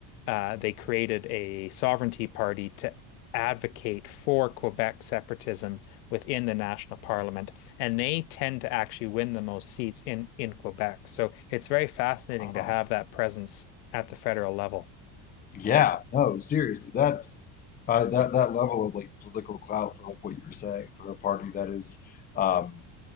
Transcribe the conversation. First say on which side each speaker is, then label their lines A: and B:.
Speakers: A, on the left; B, on the left.
A: uh, they created a sovereignty party to advocate for Quebec separatism within the national parliament, and they tend to actually win the most seats in in Quebec. So it's very fascinating
B: Uh,
A: to have that presence at the federal level. <laughs>
B: Yeah, no, seriously, that's uh, that that level of like political clout for like what you were saying for a party that is um,